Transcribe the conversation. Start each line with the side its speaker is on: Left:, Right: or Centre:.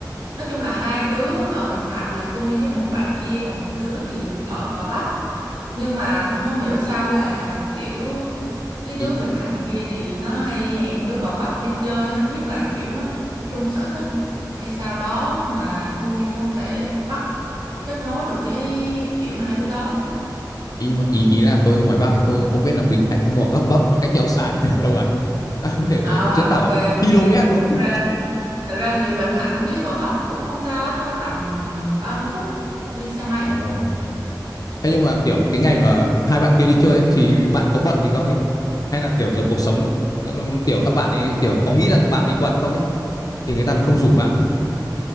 Right: nói chung là hai đứa ở Bình Thạnh là tôi với một bạn kia còn một đứa thì ở Gò Vấp nhưng mà không hiểu sao là kiểu cái đứa
Left: Ý
Right: Bình Thạnh kia thì nó hay hẹn đứa Gò Vấp đi chơi không biết là kiểu nó chung sở thích hay sao đó mà tôi không thể bắt kết nối được với kiểu hai đứa đó ấy.
Left: ý mà ý, ý là tôi ở ngoài Bắc ấy, tôi không biết là Bình Thạnh với Gò Gấp Vấp nó cách nhau xa <laughs> như nào đâu bạn. Bạn có thể
Right: ờ
Left: diễn tả
Right: ok
Left: bằng
Right: ok
Left: km đúng không?
Right: thật ra Thật ra thì Bình Thạnh cái Gò Vấp cũng không xa lắm đâu, tầm 30 phút đi xe máy.
Left: Ồ. Thế nhưng mà kiểu cái ngày mà hai bạn kia đi chơi ấy, thì bạn có bận gì không ấy? Hay là kiểu giờ cuộc sống ừ, kiểu các bạn ấy kiểu có nghĩ rằng bạn bị bận không ấy thì người ta mới không rủ bạn ấy.